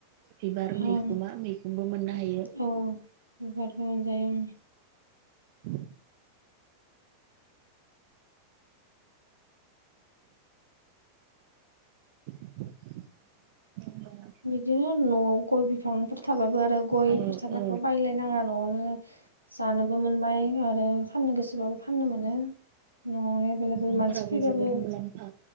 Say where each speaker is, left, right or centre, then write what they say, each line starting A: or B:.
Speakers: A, on the right; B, on the right.
A: बिबार
B: ओम
A: मैखुमा मैखुमबो मोननो हायो।
B: औ <unintelligible>
A: उ <inaudible>
B: बिदिनो न'आव गय बिफांफोर थाबाबो आरो गयफोर
A: औ
B: थाबाथ'
A: औ
B: बायलाय नाङा न'आवनो जानोबो मोनबाय आरो फाननो गोसोबाबो फाननो मोनो। न'आवनो एभेलेबोेल
A: बिफांफोराबो
B: मानसि फैबाबो
A: जोबोद मुलाम्फा